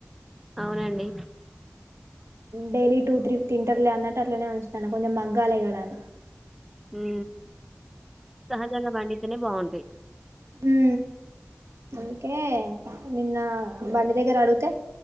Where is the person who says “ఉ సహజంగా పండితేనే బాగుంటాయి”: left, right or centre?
Centre